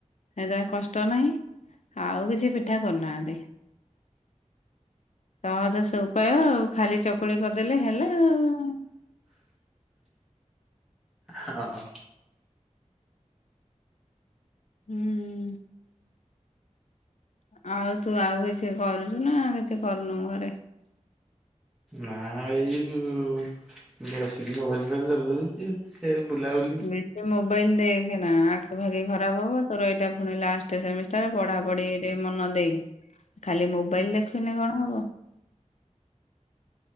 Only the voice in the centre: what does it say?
<inaudible> ହଁ ଅ।
ନା ଏଇ ବସିକି ମୋବାଇଲ ଫୋବାଇଲ ଚାଲଛି ସେ। ବୁଲାବୁଲି